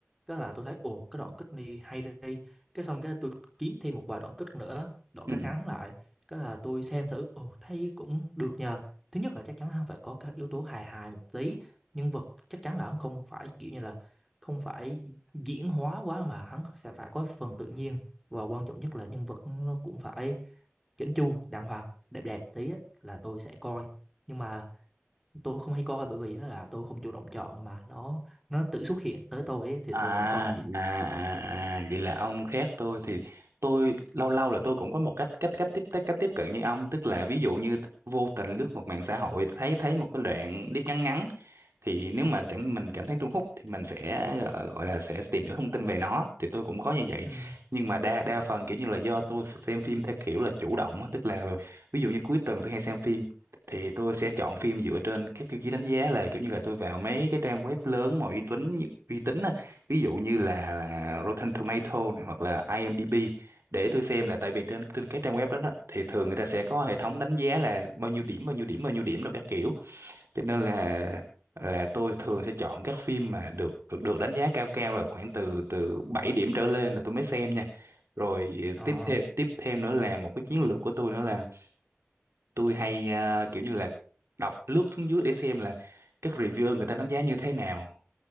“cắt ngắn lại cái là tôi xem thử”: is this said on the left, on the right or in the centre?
Centre